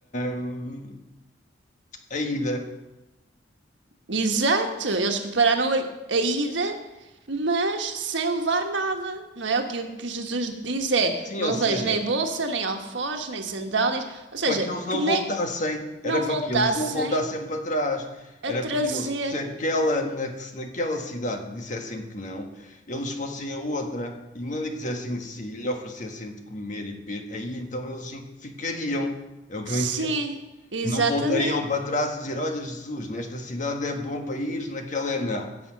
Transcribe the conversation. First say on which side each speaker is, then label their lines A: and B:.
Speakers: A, on the left; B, on the right.
A: hum, a ida.
B: Exato. Eles prepararam a, a ida, mas sem levar nada. Não é? O que, o que Jesus diz é:
A: Sim,
B: não
A: ou seja,
B: leveis nem bolsa, nem alforjes, nem sandálias. Ou seja,
A: para que eles não
B: que nem
A: voltassem, era
B: não
A: para
B: voltassem
A: que eles não voltassem para trás. Era
B: a trazer
A: porque eles, se aquela, na- se naquela cidade dissessem que não, eles fossem a outra e não lhe quisessem sim, lhe oferecessem de comer e beber, aí então eles ficariam. É o que eu
B: Sim,
A: entendo.
B: exatamente.
A: que não voltariam para trás e dizer: Olha, Jesus, nesta cidade é bom para ir, naquela é não.